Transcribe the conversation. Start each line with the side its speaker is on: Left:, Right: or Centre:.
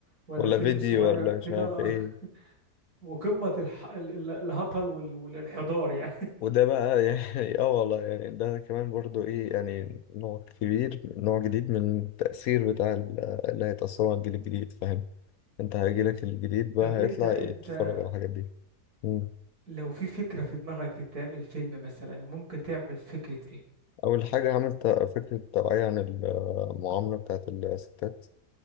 Right: ولا
Left: ولا
Right: فيلم
Left: فيديو
Right: صغير
Left: ولا مش
Right: كده
Left: عارف ايه
Right: <laughs> وقمة الح... ال- ال- الهطل وال... والانحدار يعني
Left: وده بقى <laughs> يعني اه والله يعني ده كمان برضو ايه يعني نوع كبير نوع جديد من التأثير بتاع ال- اللي هيتأثروا على الجيل الجديد فاهم انت هيجيلك الجديد
Right: <laughs>
Left: بقى
Right: طب
Left: هيطلع
Right: انت انت
Left: يتفرج على الحاجات دي مم.
Right: لو في فكرة في دماغك تتعمل فيلم مثلا ممكن تعمل فكرة ايه
Left: أول حاجة عملت فكرة توعية عن المعاملة بتاعت الستات